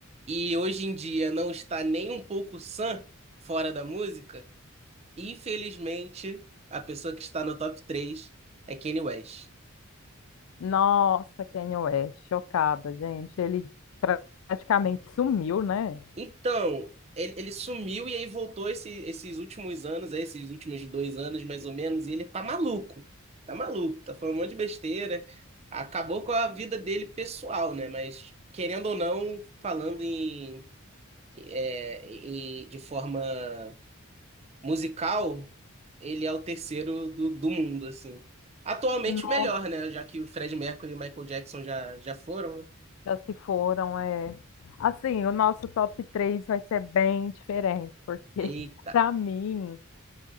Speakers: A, on the right; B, on the left.
A: e hoje em dia não está nem um pouco sã fora da música. Infelizmente, a pessoa que está no top 3 é Kanye West.
B: Nossa, Kanye West. Chocada, gente. Ele pra- praticamente sumiu, né?
A: Então, ele, ele sumiu e aí voltou esse- esses últimos anos, aí, esses últimos dois anos mais ou menos, e ele tá maluco. Tá maluco, tá falando um monte de besteira. Acabou com a vida dele pessoal, né? Mas, querendo ou não, falando em, é, em- de forma musical, ele é o terceiro do, do mundo, assim. Atualmente
B: Nossa,
A: o melhor, né? Já que o Fred Mercury e o Michael Jackson já, já foram, né?
B: se foram, é. Assim, o nosso top 3 vai ser bem diferente, porque
A: Eita,
B: <laughs> pra mim.